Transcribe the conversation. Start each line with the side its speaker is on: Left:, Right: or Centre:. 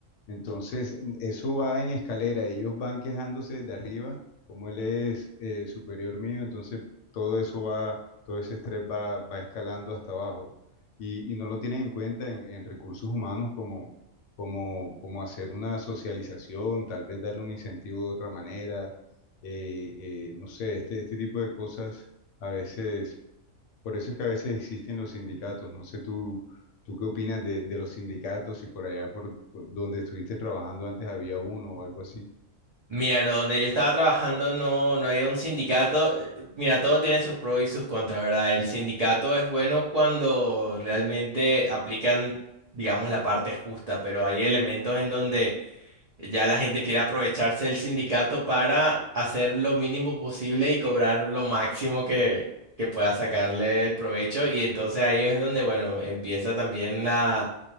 Left: Entonces, eso va en escalera. Ellos van quejándose de arriba, como él es eh, superior mío, entonces todo eso va, todo ese estrés va, va escalando hasta abajo. Y, y no lo tienen en cuenta en, en recursos humanos como, como, como hacer una socialización, tal vez darle un incentivo de otra manera. eh, eh, no sé, este, este tipo de cosas a veces por eso es que a veces existen los sindicatos. No sé tú, tú qué opinas de, de los sindicatos, y por allá por, por donde estuviste trabajando antes había uno o algo así.
Right: Mira, no, donde yo estaba trabajando no, no había un sindicato. Eh, Mira, todo tiene sus pros y sus contras, ¿verdad? El sindicato es bueno cuando realmente aplican, digamos, la parte justa, pero hay elementos en donde ya la gente quiere aprovecharse del sindicato para hacer lo mínimo posible y cobrar lo máximo que, que pueda sacarle el provecho. Y entonces ahí es donde, bueno, empieza también la,